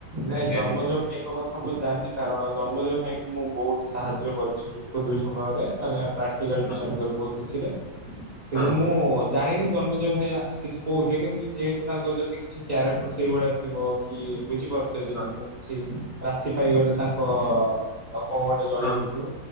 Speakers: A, on the right; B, on the left.
A: ନାଇଁ
B: ଆଜ୍ଞା
A: ଜନ୍ମଜୟ ଭାଇଙ୍କ କଥ ହଁ ମୁଁ ଜାଣିନି କାରଣ ଜନ୍ମଜୟ ଭାଇ କୁ ମୁଁ ବହୁତ ସାହାଯ୍ୟ କରିଛି ଯୁକ୍ତ ଦୁଇ ସମୟରେ ମାନେ ପାଟିକାଲ
B: ହଁ
A: ଠୁସାଡିଦବୁ ବହୁତ କିଛିରେ କିନ୍ତୁ
B: ହଁ
A: ମୁଁ ଜାଣିନି ଜନ୍ମଜୟ ଭାଇଆ କିଛି କହୁଛେ କିନ୍ତୁ ଯେହେତୁ ତାଙ୍କର ଯଦି କିଛି କ୍ୟାରେକ୍ଟର୍ ସେଇଭଳିଆ ଥିବ କି ଝି ପାରୁଥିବେ ଯଦି
B: ହଁ
A: ମୁଁ କିଛି ରାଶି ପାଇଗଲେ ତାଙ୍କ କଣ ଗୋଟେ ଜଳି
B: ହଁ
A: ଯାଉଥିବ।